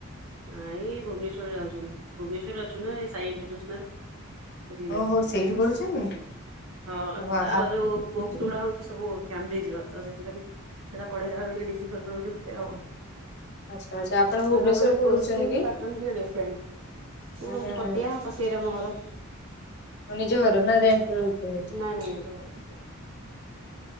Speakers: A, on the right; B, on the left.
A: ନାଇ ଏଇ ଭୁବନେଶ୍ୱର ଯାଉଚନ୍ତି, ଭୁବନେଶ୍ୱର ଅଛି ନା ଏ ସାଇଇଣ୍ଟରନ୍ୟାସନାଲ ସେଇଠିକି ଯାଉଚନ୍ତି,
B: ଓହୋ ସେଇଠି ପଢୁଛନ୍ତି
A: ହଁ
B: ଓ ଆ
A: ତାର ଯୋଉ ବହୁତ୍ ସେଗୁଡା ହଉଛି ସବୁ କାମବ୍ରିଜ ର, ତ ସେଥିପାଇଁ, ସେଟା ପଢେଇଲା ବେଳେ ଟିକେ ରିସ୍ ଫିକର ରହୁଚି ମତେ ଆଉ।
B: ଆଚ୍ଛା ଆଚ୍ଛା ଆପଣ
A: ତାର
B: ଭୁବନେଶ୍ୱରରେ
A: ମାନେ
B: କୋଉଠି
A: କୋଶ୍ଚିନ
B: ରହୁଛନ୍ତି କି?
A: ପାଟନ୍ ଟିକେ ଡିଫରେଣ୍ଟ। ମୁଁ
B: ହୁଁ
A: ରହୁଛି
B: ହୁଁ
A: ପଟିଆ, ପଟିଆରେ ଆମ ଘର।
B: ନିଜ ଘର, ନା ରେଣ୍ଟ ରେ ରହୁଚନ୍ତି?
A: ନାଇଁ ନାଇଁ ନିଜ ଘର ନିଜ ଘର।